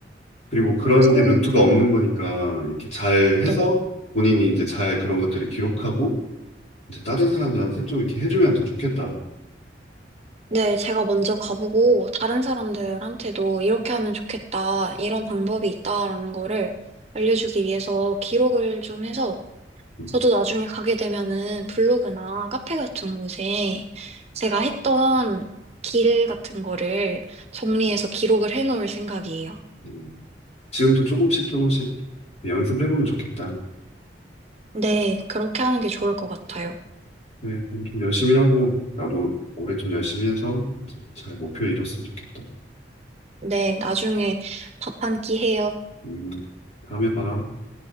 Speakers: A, on the left; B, on the right.
A: 그리고 그런 게
B: 음,
A: 루트가 없는 거니까 이렇게 잘 해서
B: 네.
A: 본인이 이제 잘 그런 것들을 기록하고 이제 다른 사람들한테 좀 이렇게 해주면 더 좋겠다.
B: 네, 제가 먼저 가보고 다른 사람들한테도 이렇게 하면 좋겠다, 이런 방법이 있다라는 거를 알려주기 위해서 기록을 좀 해서
A: 음,
B: 저도 나중에 가게 되면은 블로그나 카페 같은 곳에 제가 했던 길 같은 거를 정리해서 기록을 해놓을 생각이에요.
A: 음. 지금도 조금씩 조금씩 연습을 해보면 좋겠다.
B: 네, 그렇게 하는 게 좋을 것 같아요.
A: 네, 그럼 좀 열심히 하고 나도 올해 좀 열심히 해서 이제 잘 목표 이뤘으면 좋겠다.
B: 네, 나중에 밥 한 끼 해요.
A: 음, 다음에 봐.